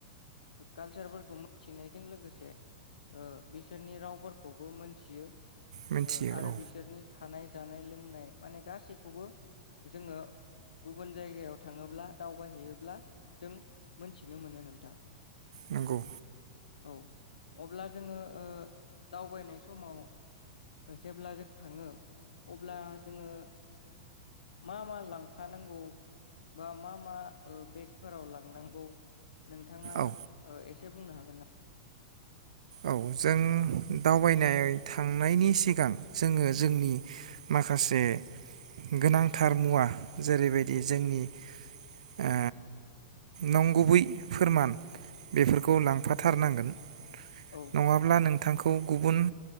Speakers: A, on the left; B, on the right.
A: कालसारफोरखौ मिथिनायजों ओ लोगोसे बिसोरनि रावफोरखौ बा खौबो मोनथियो
B: मिथियो
A: ओ आरो
B: औ
A: बिसोरनि थानाय जानाय लोंनाय माने गासैखौबो जोङो गुबुन जायगायाव थाङोब्ला दावबायहैयोब्ला जों मोनथिनो मोनो नोंथां।
B: नंगौ
A: औ अब्ला जोङो ओ दावबायनाय समाव जेब्ला जों थाङो अब्ला जोङो मा मा लांफानांगौ बा मा मा ओ बेगफोराव लांनांगौ? नोंथाङा ओ
B: औ
A: एसे एसे बुंनो हागोन ना?
B: औ जों दावबायनाय थां नायनि सिगां जोङो जोंनि माखासे गोनांथार मुवा जेरैबायदि जोंनि ओ नंगुबै फोरमान बेफोरखौ लांफाथारनांगोन
A: औ
B: नङाब्ला
A: नंगौ नोंथां
B: नोंथांखौ गुबुन